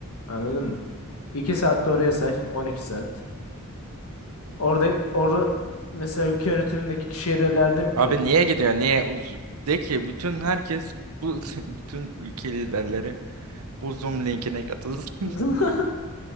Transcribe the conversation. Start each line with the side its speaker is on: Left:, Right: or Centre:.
Left: Anladın mı? 2 saat de oraya say 12 saat. Orada orada mesela ülke yönetimindeki kişiye de derdim ki
Right: Abi niye gidiyor? Niye? uz- De ki bütün herkes bu <laughs> bütün ülke liderleri bu Zoom linkine katılsın.
Left: <laughs>